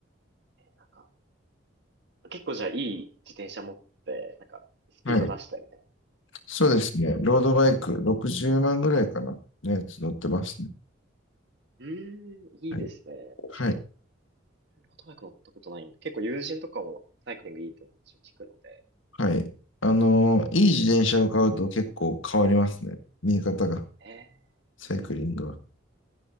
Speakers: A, on the right (about 60°); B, on the left (about 80°).
A: なんか、結構じゃあいい自転車持って、なんか、スピード出したりみたい
B: はい。そうですね。
A: なのが。
B: ロードバイク、60万ぐらいかな。のやつ乗ってますね。
A: うーん、いいですね。
B: はい。
A: 確かに、
B: はい
A: オートバイク乗ったことないんで、結構友人とかもサイクリングいいってお話を聞くので。
B: はい。あのーいい自転車を買うと結構変わりますね。見え方が、
A: ええ
B: サイクリングは。